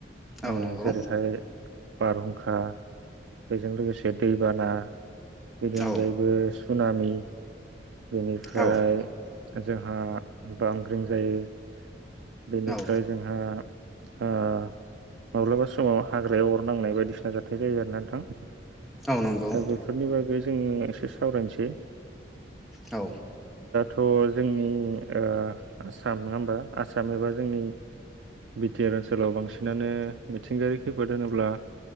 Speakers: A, in the centre; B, on the right.
A: औ
B: ओ
A: नंगौ
B: जेरैहाय बारहुंखा बेजों लोगोसे दैबाना बेनि अनगायैबो
A: औ
B: सुनामि <inaudible> बेनिफ्राय
A: औ
B: जोंहा बांग्रिं जायो। बेनिफ्राय
A: औ
B: जोंहा ओ माब्लाबा समाव हाग्रायाव अर नांनाय बायदिसिना जाथाय जायो आरो ना नोंथां। दा
A: औ नंगौ
B: बेफोरनि बागै जों एसे सावरायनोसै।
A: औ
B: थ' जोंनि ओ आसाम नङा होमबा आसाम एबा जोंनि बि टि आर ओनसोलाव बांसिनानो मिथिंगायारि खैफोद होनोब्ला